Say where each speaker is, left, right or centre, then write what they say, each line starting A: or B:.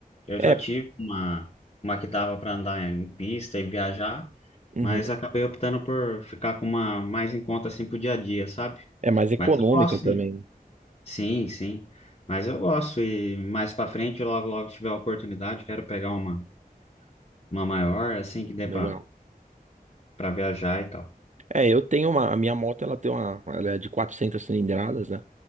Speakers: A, on the left; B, on the right.
A: Eu
B: É,
A: já tive uma, uma que dava para andar em pista e viajar,
B: uhum.
A: mas acabei optando por ficar com uma mais em conta assim pro dia a dia, sabe?
B: É mais econômica
A: Mas eu gosto,
B: também.
A: sim.
B: né?
A: Sim, sim. Mas eu gosto e mais para frente, logo logo se tiver a oportunidade, quero pegar uma uma maior assim que dê
B: Legal.
A: para para viajar e tal.
B: É, eu tenho uma, a minha moto, ela tem uma, ela é de 400 cilindradas, né?